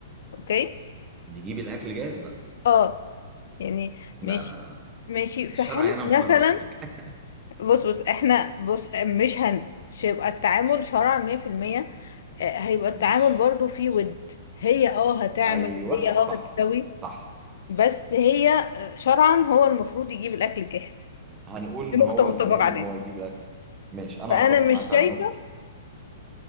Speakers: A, on the left; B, on the right.
A: اوكي
B: بيجيب الاكل جاهز لا
A: اه يعني
B: لا
A: ماشي
B: لا لا
A: ماشي في
B: الشرع
A: حالة
B: هنا مخرف
A: مثلا
B: سيك <laughs>
A: بص بص احنا بص مش هن- مش هيبقى التعامل شرعا 100% آه، هيبقى التعامل
B: ماشي
A: برضو فيه ود هي اه هتعمل
B: ايوه
A: هي اه
B: صح
A: هتسوي
B: صح
A: بس هي آه، شرعا هو المفروض يجيب الأكل جاهز
B: هنقول ان
A: دي نقطة
B: هو
A: متفق
B: تمام
A: عليها
B: ان هو يجيب الاكل ماشي انا
A: فأنا
B: هتفق
A: مش
B: معاك
A: شايفة
B: على النقطه دي